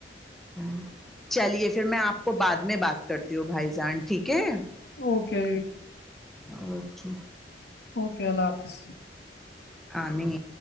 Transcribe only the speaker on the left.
اوکے
اوکے اللہ حافظ